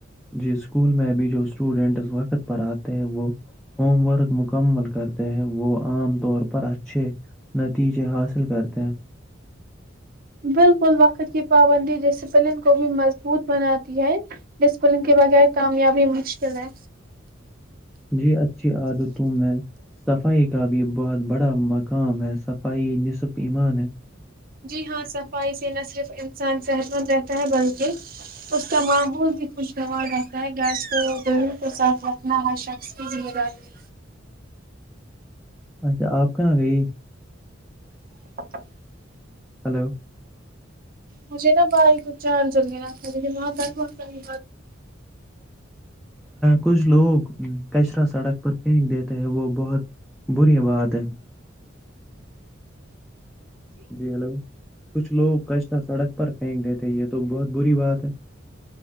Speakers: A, in the centre; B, on the right.
A: ج اسکول میں بھی جو اسٹوڈنٹس وقت پر آتے ہیں وہ ہوم ورک مکمل کرتے ہیں وہ عام طور پر اچھے نتیجے حاصل کرتے ہیں
B: بالکل وقت کی پابندی ڈسپلن کو بھی مضبوط بناتی ہے ڈسپلن کے بغیر کامیابی مشکل ہے
A: جی اچھی عادتوں میں صفائی کا بھی بہت بڑا مقام ہے صفائی نصف ایمان ہے
B: جی ہاں صفائی سے نہ صرف انسان صحت مند رہتا ہے بلکہ اس کا ماحول بھی خوشگوار رہتا ہے گیس کو گیہوں کو صاف رکھنا ہر شخص کی ذمہ داری
A: اچھا آپ کہاں گئی
B: <unintelligible>
A: ہلو
B: مجھے نا بائک چار جلے رہتا لیکن وہاں ت م
A: کچھ لوگ کچرا سڑک پر پھینک دیتے ہیں وہ بہت بری بات ہے جی ہیلو کچھ لوگ کش سڑک پر پھینک دیتے یہ تو بہت بری بات ہے